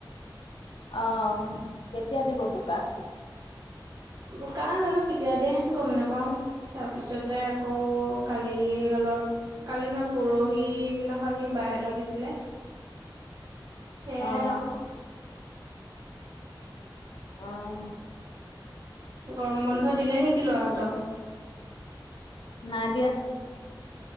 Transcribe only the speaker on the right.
বোকা জানো কেতিয়া দিয়ে, গম নেপাও। তাৰপিছতে আকৌ কালি অলপ কালি না পৰহি দিনাখনি বাইহঁতৰ দিছিলে। সেয়াই
আৰু
গৰম বন্ধ দিলে নেকি ল'ৰাহঁতৰ?